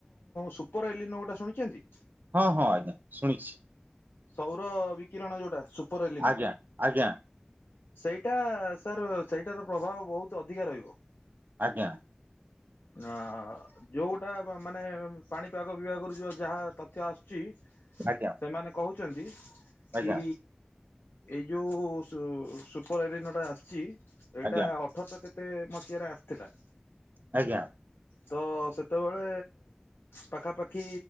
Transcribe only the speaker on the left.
ସୁପର ଏଲିନୋ ଗୋଟେ ଶୁଣିଛନ୍ତି।
ସୌର ବିକିରଣ ଯୋଉଟା ସୁପର ଏଲିନୋ।
ସେଇଟା ସାର୍ ସେଇଟାର ପ୍ରଭାବ ବହୁତ ଅଧିକା ରହିବ।
ହା। ଯୋଉଟା ମା ମାନେ ପାଣିପାଗ ବିଭାଗରୁ ଯୋ ଯାହା ତଥ୍ୟ ଆସୁଛି।
ସେମାନେ କହୁଛନ୍ତି କି
ଏଇ ଯୋଉ ସୁ ସୁପର ଏଲିନୋଟା ଆସିଛି ଏଇଟା
ଅଠରଶ କେତେ ମସିହାରେ ଆସିଥିଲା?
ତ ସେତେବେଳେ ପାଖାପାଖି